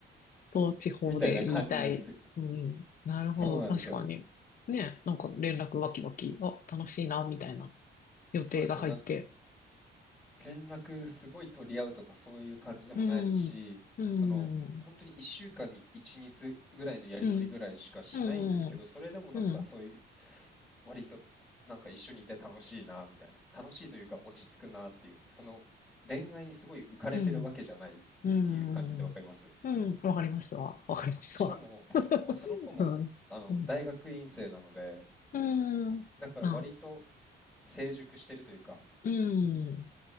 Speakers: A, on the left (about 45°); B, in the centre.
A: 統治法で言いたい。
B: みたいな感じなんですよ。
A: うん。なるほど。
B: そうなんですよ。
A: 確かに。ね。なんか連絡わきわき。あ、楽しいな、みたいな予定が入って。
B: そうなんですよ。なんか連絡すごい取り合うとかそういう感じでもないですし、
A: うん。うん。
B: その、ほんに1週間に1日ぐらいのやり取りぐらいしかしないんですけど、
A: うん。うん。
B: それでもなんかそういう、
A: うん。
B: 割となんか一緒にいて楽しいなみたいな、楽しいというか落ち着くなっていう、その恋愛にすごい浮かれてるわけじゃないっていう感じでわかります。
A: うん。うん。うん。うんわかりますわ。わかりますわ。
B: しかも、
A: <laughs>
B: まあ、その子もあの、
A: うん。うん。
B: 大学院生なので、
A: うん。
B: だから割と成熟してるというか
A: まあ、うん。